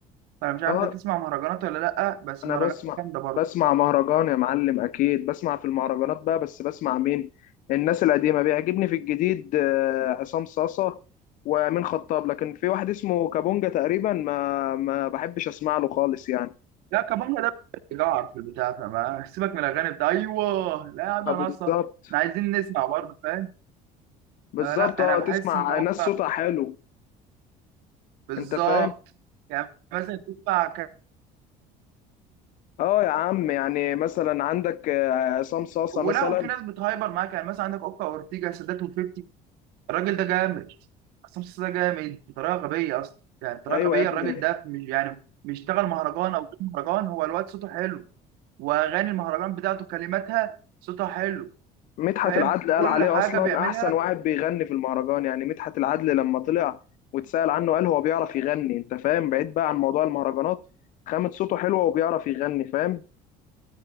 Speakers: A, on the right; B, on the left.
A: انا مش عارف
B: اه
A: انت تسمع مهرجانات ولا لا بس
B: انا
A: مهرجانات
B: بسمع
A: جامده برضه
B: بسمع مهرجان يا معلم اكيد بسمع في المهرجانات بقى بس بسمع مين الناس القديمه بيعجبني في الجديد آه، عصام صاصه وامين خطاب لكن في واحد اسمه كابونجا تقريبا ما ما بحبش اسمع له خالص يعني
A: لا كمانجا ده بيجعر في البتاع فما سيبك من الاغاني بتاع ايوه لا انا
B: آه، بالظبط
A: ناقصه احنا عايزين نسمع برضه فاهم
B: بالظبط
A: فلا
B: اه
A: انا بحس
B: تسمع
A: ان هو
B: ناس صوتها حلو
A: بالظبط
B: انت فاهم
A: يعني مثلا تسمع كان
B: اه يا عم يعني مثلا عندك آه، عصام صاصه
A: ولو
B: مثلا
A: في ناس بتهايبر معاك يعني مثلا عندك اوكا اورتيجا سادات وفيفتي الراجل ده جامد عصام صاصا ده جامد بطريقه غبيه اصلا يعني بطريقه
B: ايوه
A: غبيه
B: يا ابني
A: الراجل ده مش يعني مش اشتغل مهرجان او غير مهرجان هو الواد صوته حلو واغاني المهرجان بتاعته كلماتها صوتها حلو
B: مدحت
A: فاهم
B: العدل قال
A: كل
B: عليه
A: حاجه
B: اصلا
A: بيعملها
B: احسن واحد بيغني في المهرجان يعني مدحت العدل لما طلع واتسأل عنه قال هو بيعرف يغني انت فاهم بعيد بقى عن موضوع المهرجانات خامة صوته حلوة وبيعرف يغني فاهم